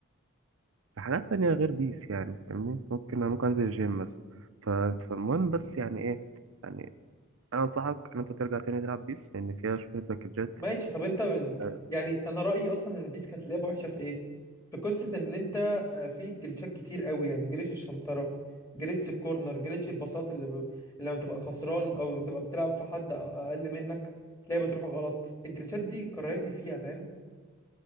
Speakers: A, on the right (about 65°); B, on the left (about 15°).
A: في حاجات تانية غير بيس يعني فاهمني ممكن ممكن انزل الجيم مثلا ف- فالمهم بس يعني ايه يعني انا انصحك ان انت ترجع تاني تلعب بيس لان فيها شوية باكجات
B: ماشي طب انت من...
A: آه،
B: يعني انا رأيي اصلا ان بيس كانت لعبة وحشة في ايه في قصة ان انت آه، في جليتشات كتير قوي يعني جليتش الشنطرة جليتش الكورنر جليتش الباصات اللي ب... اللي لما بتبقى خسران او بتبقى بتلعب في حد اقل منك تلاقي بتروح غلط الجليتشات دي كرهتني فيها فاهم